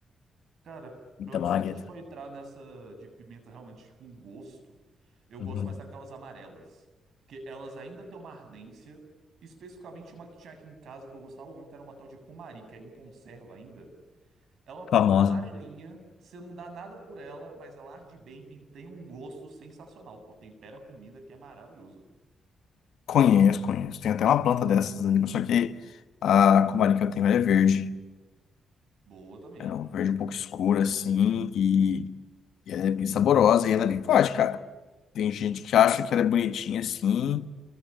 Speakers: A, on the right; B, on the left.
A: Cara,
B: Pimenta
A: pior que
B: malagueta.
A: se a gente for entrar nessa de pimenta realmente com gosto, eu
B: Uhum.
A: gosto mais daquelas amarelas. que elas ainda têm uma ardência. Especificamente uma que tinha aqui em casa que eu gostava muito era uma tal de cumari, que era em conserva ainda. Ela é uma pimenta
B: Famosa.
A: amarelinha, você não dá nada por ela, mas ela arde bem e tem um gosto sensacional. Pô, tempera a comida que é maravilhoso.
B: Conheço, conheço. Tem até uma planta dessas ali, mas só que a comari que eu tenho ela é verde.
A: Boa também.
B: É um verde um pouco escuro, assim, e, e ela é bem saborosa e ela é bem forte, cara. Tem gente que acha que ela é bonitinha assim,